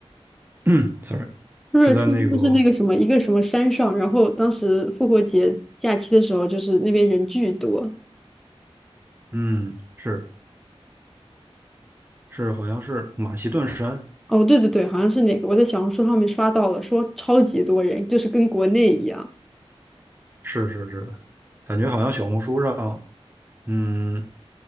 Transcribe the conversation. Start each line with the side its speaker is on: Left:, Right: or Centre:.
Right: <clears throat>，sorry，
Centre: 就是它是不是那个什么一个什么山上，
Right: 是在那个
Centre: 然后当时复活节假期的时候，就是那边人巨多。
Right: 嗯，是是，好像是马其顿山，
Centre: 哦，对对对，好像是那个，我在小红书上面刷到了，说超级多人，就是跟国内一样，
Right: 是是是感觉好像小红书上，嗯，